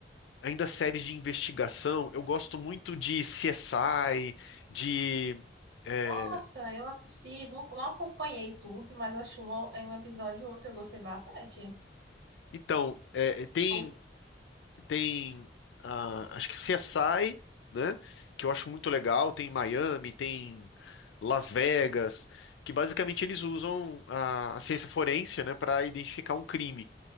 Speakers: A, on the left (about 85°); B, on the right (about 65°).
A: ainda séries de investigação, eu gosto muito de CSI, de... é,
B: Nossa, eu assisti, não, não acompanhei tudo, mas acho um, em um episódio ou outro eu gostei bastante.
A: então, é, tem
B: Tem
A: Tem, ah, acho que CSI, né? Que eu acho muito legal. Tem Miami, tem Las Vegas, que basicamente eles usam a, a ciência forense, né, para identificar um crime.